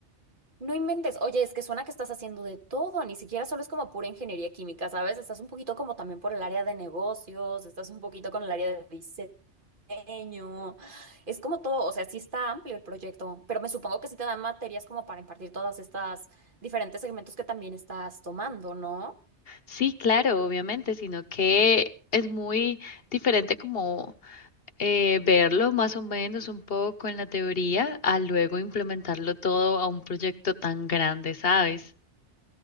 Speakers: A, on the right; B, on the left.
A: No inventes. Oye, es que suena que estás haciendo de todo. Ni siquiera solo es como pura ingeniería química, ¿sabes? Estás un poquito como también por el área de negocios, estás un poquito con el área de diseño. diseño. Es como todo, o sea, sí está amplio el proyecto, pero me supongo que sí te dan materias como para impartir todas estas diferentes segmentos que también estás tomando, ¿no?
B: Sí, claro, obviamente, sino que es muy diferente como eh, verlo más o menos un poco en la teoría a luego implementarlo todo a un proyecto tan grande, ¿sabes?